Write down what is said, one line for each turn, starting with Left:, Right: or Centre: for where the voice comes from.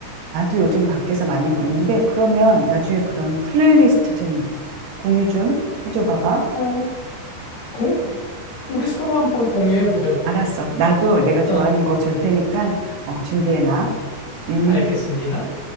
Right: 나도 요즘 밖에서 많이 걷는데, 그러면 나중에 그런 플레이리스트 좀 공유 좀 해줘 봐봐.
Left: 어, 공, 우리 서로 한번 공유해 보자고.
Right: 알았어. 나도 내가
Left: 어.
Right: 좋아하는 거 줄 테니까, 어, 준비해놔. 음.
Left: 알겠습니다.